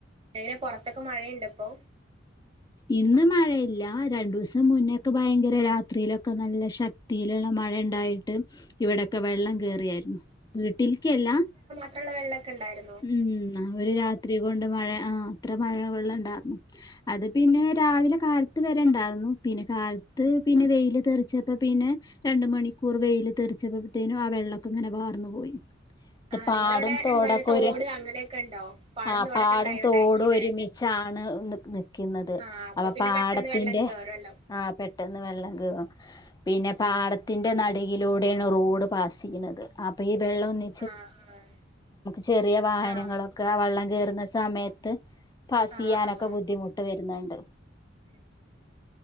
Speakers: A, on the right; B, on the left.
A: ങ്ങനെ പുറത്തൊക്കെ മഴയുണ്ട്പ്പോ?
B: ഇന്ന് മഴയില്ല രണ്ടു ദിവസം മുന്നേക്കെ ഭയങ്കര രാത്രിയിലൊ ഒക്കെ നല്ല ശക്തിയിലുള്ള മഴ ഉണ്ടായിട്ട് ഇവിടെക്കെ വെള്ളം
A: ആഹ്
B: കേയറിയായിരുന്നു വീട്ടിൽക്കല്ല
A: ഉള്ള വെള്ളൊക്കെ ണ്ടായിരുന്നു
B: ഉം ഒരു രാത്രി കൊണ്ട് മഴ ആഹ് അത്ര മഴ വെള്ളുണ്ടായിരു അത് പിന്നെ രാവിലെ കാൽ ത് വരെ ഉണ്ടായിരുന്നു പിന്നെ കാലത്ത് പിന്നെ വെൽ തെറിച്ചപ്പോ പിന്നെ രണ്ട് മണിക്കൂർ വെയില് തീറിച്ചപ്പോത്തേനും ആ വെള്ളൊക്കെങ്ങനെ വാർന്നു പോയി. ത്
A: ആഹ്
B: പാടും
A: നിങ്ങളവിടെ
B: തോടൊക്കെ
A: എന്താണ് തോട്
B: ഒരു
A: അങ്ങനെയൊക്കെ ഇണ്ടോ പാടം
B: ആ
A: തോടൊക്കെ
B: പാടും
A: ഇണ്ടായോണ്ടായിരിക്കുംല്ലേ
B: തോടും ഒരു മിച്ചാണ് നിക്കുന്നത്
A: ആഹ് അപ്പൊ
B: അപ്പ
A: പിന്നെ
B: പാടത്തിന്റെ
A: പെട്ടെന്ന് വെള്ളം കേറുവല്ലോ
B: ആഹ് പെട്ടെന്ന് വെള്ളം കെറോ? പിന്നെ പാടത്തിന്റെ നട് കിലൂടെണ് റോഡ് പാസ്യ്യുന്നത് അപ്പൊ ഈ വെള്ളം ഒന്ന
A: ആഹ് ആഹ്
B: ചെറിയ വാഹനങ്ങളൊക്കെ
A: ആഹ്
B: ആ വെള്ളം കയറുന്ന സമയത്ത് പാസ്യ്യാനൊക്കെ
A: ആഹ് ആഹ്
B: ബുദ്ധിമുട്ട് ട്ട് വരുന്നുണ്ട്..
A: ഉം ഉം